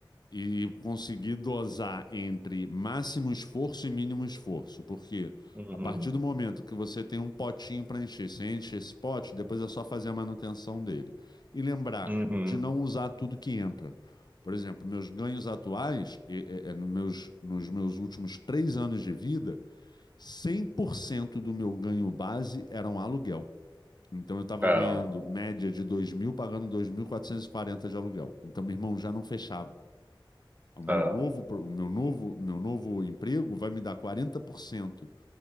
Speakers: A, on the left; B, on the right.
A: e conseguir dosar entre máximo esforço e mínimo esforço, porque
B: Uhum,
A: a partir do momento que você tem um potinho para encher, você enche esse pote, depois é só fazer a manutenção dele. E lembrar
B: uhum.
A: de não usar tudo que entra. Por exemplo, meus ganhos atuais, eh, eh, eh, nos meus, nos meus últimos três anos de vida, 100% do meu ganho base era um aluguel. Então eu estava
B: É,
A: ganhando média de dois mil, pagando 2.440 de aluguel. Então meu irmão já não fechava o meu
B: é,
A: novo, pro- o meu novo, meu novo emprego vai me dar 40%